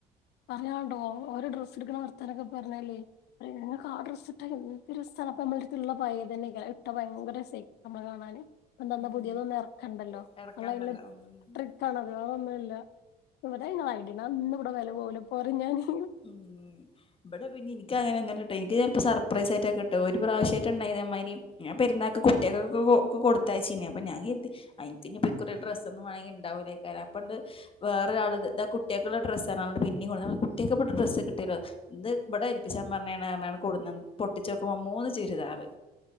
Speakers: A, on the left (about 75°); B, on the left (about 30°).
A: പറയാനണ്ടോ ഒരു ഡ്രസ് എക്കണ വർത്താനൊക്കെ പറഞ്ഞല് <unintelligible> ആ ഡ്രസ്സ് ട്ടാൽ എന്തൊരു രസംണ് അപ്പ നമ്മള്ളത്ത് ഇള്ള പയ തന്നെക്കാരം അയിട്ടാ ഭയങ്കരസ നമ്മള് കാണാൻ ഇപ്പൊ തന്ന
B: ഉം
A: പുതിയതൊന്നും ഇറക്കണ്ടല്ലോ
B: എടക്കണ്ടല്ലോ
A: നല്ല അതി
B: ഉം
A: ട്രിക്ക് ആണത് വേറെതൊന്നുല്ല ഇത നിങ്ങളായിട്ട അന്ന ഇവിടെ വില പോല പോറ ഞാൻ <unintelligible>
B: ഉ ഇവിടെ പിന്നെ എനിക്ക അങ്ങനെ ഒന്നുമില്ലാട്ടോ എനിക്ക്ഞാൻ ഇപ്പൊ സർപ്രൈസ്ആയിട്ടെ കിട്ടും ഒരു പ്രാവശ്യമായിട്ട് ഉണ്ടായ ഇതെ മാതിരി പെരുന്നാൾ ക്ക് കുട്ടിൾക്കൊക്കെകൊടുത്തയച്ച ഇനു അപ അപ്പോ ഞാൻ കേട്ടു ഇക്കുറി ഡ്രസ് ഒന്നും വാങ്ങണ്ട അപ്പോണ്ട് വേറെ ഒരാള് ഇതാ കുട്ടി ക്കുള്ള ഡ്രസ്സാണ് അതു കൊണ്ട് പിന്നെ കൊടു കുട്ടിയൊക്കെട്ട ഡ്രസ്സ് കിട്ടല്ലോ ഇവിടെ ഏൽപ്പിച്ചാ പറഞ്ഞഞ്ഞ കൊടുന്ന് പൊട്ടിച്ച് നോക്കുമ്പോ മൂന്ന് ചുരിദാർ ആറ്